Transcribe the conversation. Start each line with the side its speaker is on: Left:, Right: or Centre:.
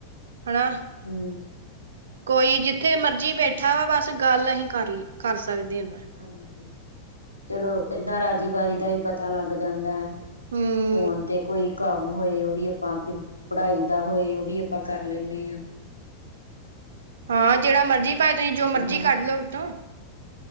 Right: ਹਣਾ।
Left: ਹੂੰ।
Right: ਕੋਈ ਜਿੱਥੇ ਮਰਜੀ ਬੈਠਾ ਵਾ ਬਸ ਗੱਲ ਅਸੀਂ ਕਰ ਕਰ ਸਕਦੇ ਹਾ।
Left: ਹਾਂਜੀ ਚਲੋ ਏਦਾਂ ਰਾਜੀ ਬਾਜ਼ੀ ਦਾ ਵੀ ਪਤਾ ਲੱਗ ਜਾਂਦਾ ਹੈ।
Right: ਹੂੰ
Left: ਫੋਨ ਤੇ ਕੋਈ ਕੰਮ ਹੋਏ ਓਹ ਵੀ। ਪੜ੍ਹਾਈ ਦਾ ਹੋਏ ਓਹ ਵੀ ਆਪਾਂ ਕਰ ਲੈਂਦੇ ਆ।
Right: ਹਾਂ ਜੇੜਾ ਮਰਜ਼ੀ ਭਾਏ ਤੁਸੀਂ ਜੋ ਮਰਜ਼ੀ
Left: ਹਾਂਜੀ
Right: ਕੱਢ ਲੋ ਉਹ ਤੋਂ।